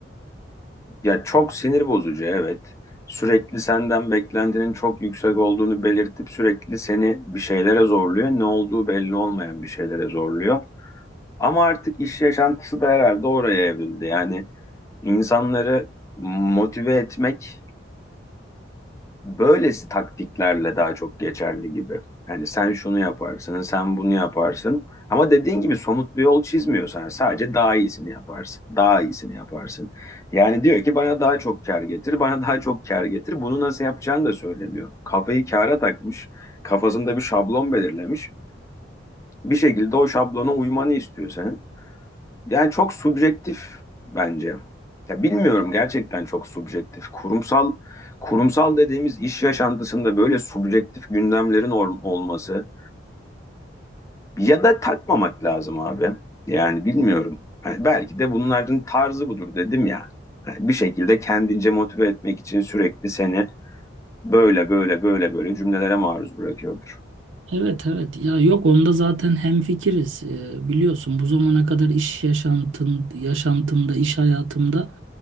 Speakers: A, on the left; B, on the right.
A: ya çok sinir bozucu evet. Sürekli senden beklentinin çok yüksek olduğunu belirtip sürekli seni bir şeylere zorluyor. Ne olduğu belli olmayan bir şeylere zorluyor. Ama artık iş yaşantısı da herhalde oraya evrildi. Yani insanları motive etmek böylesi taktiklerle daha çok geçerli gibi. Hani sen şunu yaparsın, sen bunu yaparsın. Ama dediğin gibi somut bir yol çizmiyorsan sadece daha iyisini yaparsın, daha iyisini yaparsın. Yani diyor ki bana daha çok kar getir, bana daha çok kar getir. Bunu nasıl yapacağını da söylemiyor. Kafayı kâra takmış, kafasında bir şablon belirlemiş. Bir şekilde o şablona uymanı istiyor senin. Yani çok subjektif bence. Ya bilmiyorum gerçekten çok subjektif. Kurumsal kurumsal dediğimiz iş yaşantısında böyle subjektif gündemlerin or- olması ya da takmamak lazım abi. Yani bilmiyorum. Yani belki de bunların tarzı budur dedim ya. Yani bir şekilde kendince motive etmek için sürekli seni böyle böyle böyle böyle cümlelere maruz bırakıyordur.
B: Evet evet ya yok onda zaten hemfikiriz Ee, biliyorsun bu zamana kadar iş yaşantın, yaşantımda iş hayatımda